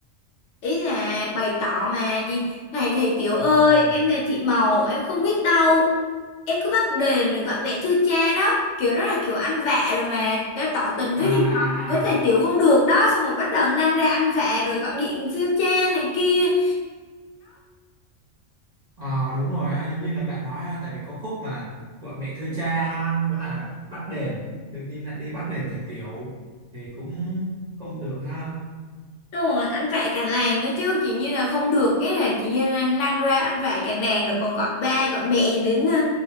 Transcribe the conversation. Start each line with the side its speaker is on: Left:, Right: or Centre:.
Left: ý là bày tỏ mà gì này thầy tiểu
Right: à
Left: ơi em là thị màu em không biết đâu em cứ bắt đền rồi gọi mẹ thưa cha đó kiểu đó là kiểu ăn vạ rồi mà đã tỏ tình
Right: à
Left: với thì
Right: à
Left: với
Right: à
Left: thầy tiểu không được đó xong rồi bắt đầu năng ra ăn vạ rồi gọi điện siêu cha này kia đó
Right: Ờ, đúng rồi ha giống như là bạn nói ha tại vì có khúc mà gọi mẹ thưa cha ha với lại là bắt đền tự nhiên lại đi bắt đền thầy Tiểu thì cũng không được ha
Left: Đúng rồi, anh vạ cả làng nữa chứ Kiểu như là không được Cái là kiểu như là năng ra anh vạ cả làng Rồi còn gọi ba, gọi mẹ đến ờ,